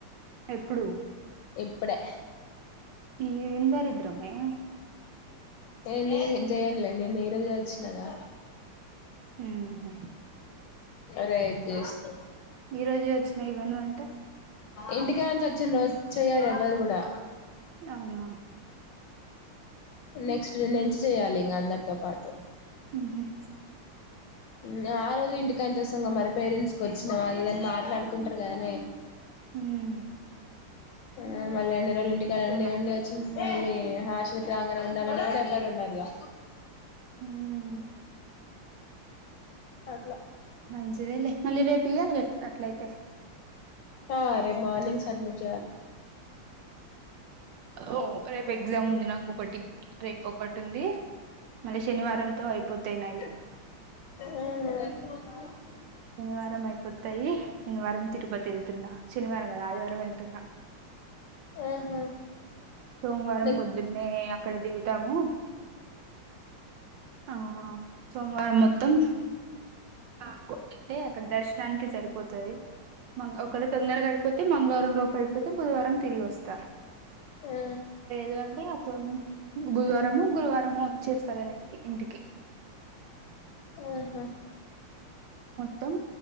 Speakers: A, on the right (about 70°); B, on the left (about 75°).
A: ఎప్పుడు
B: ఇప్పుడే
A: ఎం దరిద్రమే
B: ఏ నేన్ జేయనులే నేను ఈ రోజే వచ్చినాగా
A: హ్మ్ హు
B: రేప్ చేస్త్
A: ఈ రోజే వచ్చినాయి ఇవ్వను అంటే
B: ఇంటిక నుంచి వచ్చిన రోజు చెయ్యారు ఎవ్వరు కూడా
A: అవునా
B: నెక్స్ట్ ఎంచి చెయాలి ఇంకా అందరితో పాటు
A: ఉమ్ హ్మ్
B: మ్మ్ ఆ రోజే ఇంటికాన్ నుంచి వస్తాం గా మరి పేరెంట్స్ క వచ్చినా ఇదని మాట్లాడుకుంటారు కదానే
A: హుమ్మ్
B: ఆ మళ్ళీ ఎన్ని రోజులు ఇంటికా
A: అదేలే
B: ఉండి ఉండి వచ్చి మళ్ళీ హాస్టల్కి రాంగానే ఉండాలని కూడా ఎవ్వరు ఉన్నారుగా
A: హమ్
B: అట్లా
A: మంచిదేలే మళ్ళీ రేపు ఇయ్యాలి గా అట్లయితే
B: ఆ రేపు మార్నింగ్స్ సడ్మిట్ చేయాలి
A: ఓ రేపు ఎగ్జామ్ ఉంది నాకు ఒకటి రేపు ఒకటి ఉంది మళ్ళీ శనివారంతో అయిపోతేనాయి
B: ఆహ
A: శనివారం అయిపోతాయి శనివారం తిరుపతి వెళ్తున్నా శనివారం కాదు ఆదివారం వెళ్తున్నా
B: ఆహా
A: సోమవారం
B: నెక్స్ట్
A: పొద్దున్న నే అక్కడ దిగుతాము ఆ సోమవారం మొత్తం ఆ ఒక్కటే అక్కడ దర్శనానికి సరిపోతది మ ఒకవేళ తొందరగా అయిపోతే మంగళవారం లోపు అయిపోతే బుధవారం తిరిగి వస్తా
B: ఆ
A: లేదు అంటె ఇగ తొన్ బుధవారము గురువారము వచ్చేస్తా వెనక్కి ఇంటికి
B: ఆహా
A: మొత్తం